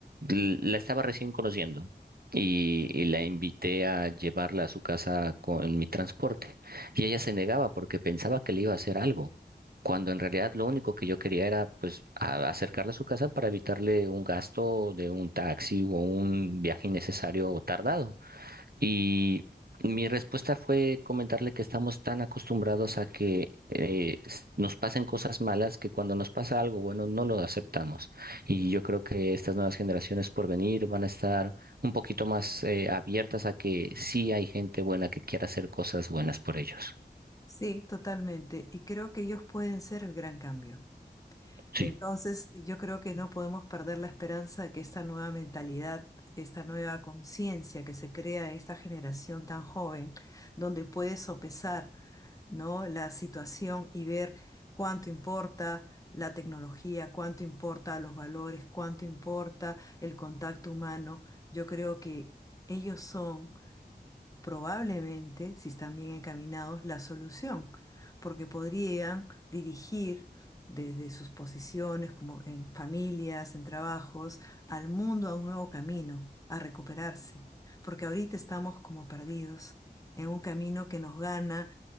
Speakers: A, on the right; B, on the left.
A: l- la estaba recién conociendo y, y la invité a llevarla a su casa con mi transporte. Y ella se negaba porque pensaba que le iba a hacer algo, cuando en realidad lo único que yo quería era pues a- acercarla a su casa para evitarle un gasto de un taxi o un viaje innecesario o tardado. Y mi respuesta fue comentarle que estamos tan acostumbrados a que eh, s- nos pasen cosas malas que cuando nos pasa algo bueno no lo aceptamos. Y yo creo que estas nuevas generaciones por venir van a estar un poquito más eh, abiertas a que sí hay gente buena que quiera hacer cosas buenas por ellos.
B: Sí, totalmente. Y creo que ellos pueden ser el gran cambio.
A: Sí,
B: Entonces, yo creo que no podemos perder la esperanza de que esta nueva mentalidad, esta nueva conciencia que se crea en esta generación tan joven, donde puede sopesar, ¿no? la situación y ver cuánto importa la tecnología, cuánto importa los valores, cuánto importa el contacto humano, yo creo que ellos son probablemente, si están bien encaminados, la solución, porque podrían dirigir desde sus posiciones, como en familias, en trabajos, al mundo a un nuevo camino, a recuperarse, porque ahorita estamos como perdidos en un camino que nos gana